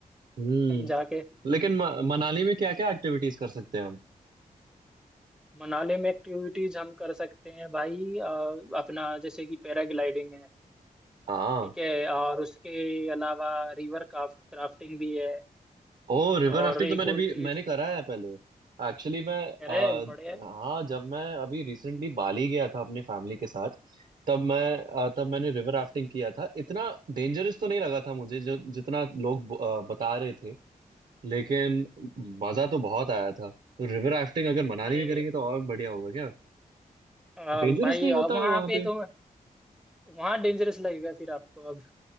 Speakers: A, on the right (about 60°); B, in the centre.
A: हम्म
B: कहीं जाके
A: लेकिन म, मनाली में क्या क्या एक्टिविटीज कर सकते हैं हम
B: मनाली में एक्टिविटीज हम कर सकते हैं भाई अ, अपना जैसे कि पैराग्लाइडिंग है
A: हाँ
B: ठीक है और उसके अलावा रिवर क्राफ्टिंग भी है
A: ओ रिवर
B: और
A: राफ्टिंग
B: एक
A: तो मैंने
B: और
A: भी
B: चीज
A: मैंने करा है पहले एक्चुअली मैं
B: कह रहे
A: आ,
B: हैं, बढ़िया है।
A: हाँ जब मैं अभी रिसेंटली बाली गया था अपने फैमिली के साथ तब मैं
B: हाँ,
A: आ, तब मैंने रिवर राफ्टिंग किया था इतना डेंजरस तो नहीं लगा था मुझे जो जितना लोग ब- आ, बता रहे थे लेकिन मजा तो बहुत आया था तो रिवर राफ्टिंग अगर मनाली
B: अरे
A: में करेंगे तो और बढ़िया होगा क्या
B: अ,
A: डेंजरस
B: भाई
A: नहीं
B: अ,
A: होता
B: वहाँ
A: वहां
B: पे
A: पे
B: तो वहां डेंजरस लगेगा फिर आपको अब